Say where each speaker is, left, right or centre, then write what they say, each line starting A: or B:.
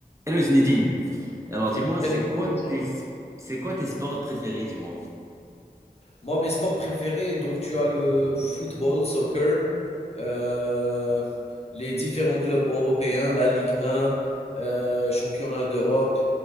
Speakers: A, on the right; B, on the left.
A: Hello Zinedine. Alors dis-moi,
B: Et
A: c'est
B: nous
A: quoi
B: commençons.
A: tes c'est quoi tes sports préférés, dis-moi.
B: Moi, mes sports préférés, donc tu as le football, soccer, euh, les différents clubs européens, la Ligue 1, euh, championnat d'Europe,